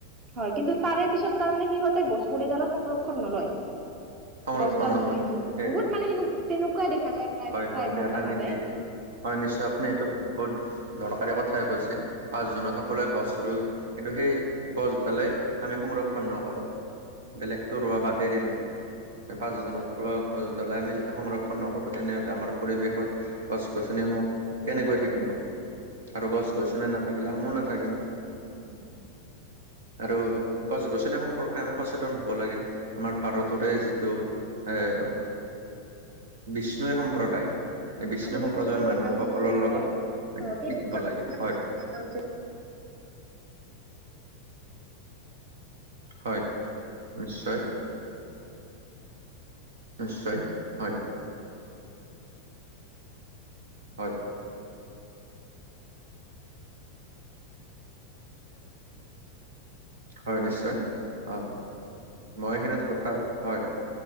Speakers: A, on the right; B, on the right.
A: হয়, কিন্তু তাৰে পিছত তাৰমানে সিহঁতে গছপুলিডালৰ সংৰক্ষণ নলয়।
B: সংৰক্ষণ
A: গছডাল
B: নলয়
A: মৰি,
B: সেই
A: বহুত মানে সেনে তেনেকুৱাই দেখা যায়। প্ৰায়
B: হয়,
A: প্ৰায়
B: হয়
A: ভাগ
B: বেৰা
A: দেখা
B: নিদিয়ে
A: যায়।
B: হয় নিশ্চয়। আপুনি এইটো বহুত দৰকাৰী কথাই কৈছে। পাঁচজনত সকলোৱে গছ ৰুই কিন্তু সেই গছডালে আমি সংৰক্ষণ নকৰোঁ। বেলেগতো ৰোৱা বাদেই দিলো। পাঁচজনত ৰোৱা গছডালাই আমি যেতিয়া সংৰক্ষণ নকৰোঁ তেনেহলে আমাৰ পৰিৱেশত গছ গছনিসমূহ কেনেকৈ থাকিব আৰু গছ গছনি নাথাকিলে আমিও নাথাকিম।
A: <inaudible>
B: আৰু গছ গছনি সম্পৰ্কে আমি সচেতন হব লাগে। আমাৰ ভাৰততে যি আহ বিষ্ণুই সম্প্ৰদায় এই বিষ্ণুই
A: আৰু
B: সম্প্ৰদায়ৰ
A: বিশেষকৈ
B: মানুহ
A: দেখা গৈছে
B: সকলৰ
A: যে
B: লগত
A: অ'
B: শিকিব লাগে হয়।
A: <unintelligible>
B: হয়, নিশ্চয়। নিশ্চয়, হয়। হয়। হয় নিশ্চয়, অ মই এইখিনিত কথা, হয়।